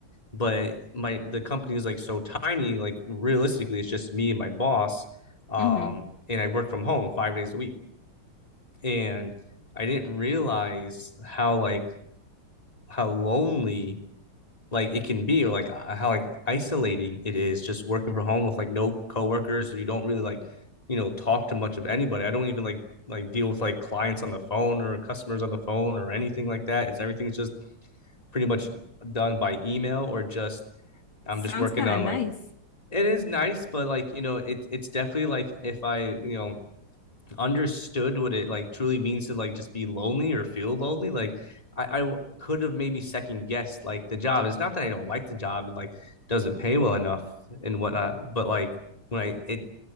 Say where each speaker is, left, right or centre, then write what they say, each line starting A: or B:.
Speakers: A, on the left (about 15°); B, on the left (about 65°).
A: but my the company is like so tiny like realistically it's just me and my boss um
B: hmm
A: and i work from home five days a week and i didn't realize how like how lonely like it can be or like uh, how like isolating it is just working from home with like no coworkers so you don't really like you know talk to much of anybody i don't even like like deal with like clients on the phone or customers on the phone or anything like that it's everything's just pretty much done by email or just i'm
B: Sounds
A: just working
B: kind
A: on
B: of nice.
A: like it is nice, but like you know, it it's definitely like if I you know understood what it like truly means to like just be lonely or feel lonely, like I I could have maybe second guessed like the job. It's not that I don't like the job and like doesn't pay well enough and whatnot, but like when I it